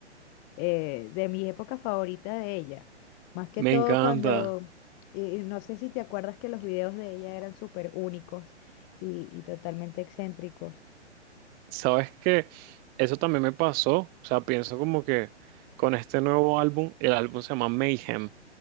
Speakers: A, on the left (about 30°); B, on the right (about 25°).
A: eh, de mis épocas favoritas de ella. Más que
B: me
A: todo
B: encanta.
A: cuando, y y no sé si te acuerdas que los videos de ella eran súper únicos y, y totalmente excéntricos.
B: Sabes que eso también me pasó, o sea, pienso como que con este nuevo álbum, el álbum se llama Mayhem,